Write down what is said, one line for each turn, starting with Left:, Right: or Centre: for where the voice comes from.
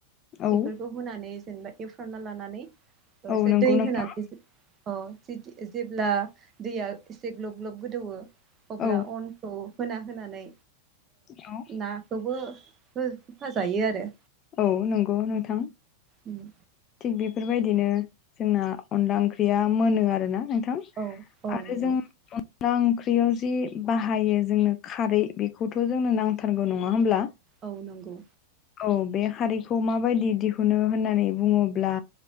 Left: औ
Right: बेफोरखौ होनानै जेनेबा एवफ्रांना लानानै।
Left: औ नंगौ
Right: दै
Left: नोंथां
Right: होना अ जेब्ला दैया एसे ग्लब ग्लब गोदौवो। अब्ला
Left: औ
Right: अनखौ होना होनानै
Left: नोंथां
Right: नाखौबो। हो होफाजायो आरो
Left: औ नंगौ नोंथां।
Right: उम
Left: थिग बेफोरबायदिनो जोंना अनला ओंख्रिया मोनो आरो ना आरो
Right: औ औ नंगौ
Left: जों अनला ओंख्रियाव जि बाहायो जोंनो खारै बेखौथ' जोंनो नांथारगौ नङा होमब्ला
Right: औ नंगौ
Left: औ बे खारैखौ माबायदि दिहुनो होननानै बुङोब्ला